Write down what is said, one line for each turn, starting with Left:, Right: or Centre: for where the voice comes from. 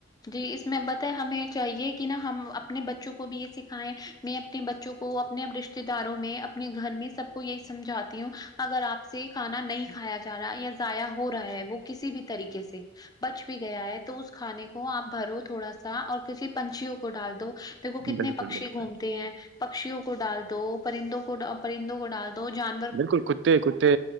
Left: جی اس میں بتیں ہمیں چاہیے کہ نا ہم اپنے بچوں کو بھی یہ سکھائیں میں اپنے بچوں کو اپنے رشتے داروں میں اپنے گھر میں سب کو یہی سمجھاتی ہوں اگر آپ سے کھانا نہیں کھایا جا رہا ہے یا ضائع ہو رہا ہے وہ کسی بھی طریقے سے بچ بھی گیا ہے تو اس کھانے کو آپ بھرو تھوڑا سا اور کسی پنچھیوں کو ڈال دو دیکو کتنے
Right: بالکل
Left: پکشی
Right: بالکل
Left: گھومتے ہیں پکشیوں کو ڈال دو پرندوں کو پرندوں کو ڈال دو جان
Right: بالکل کتے کتے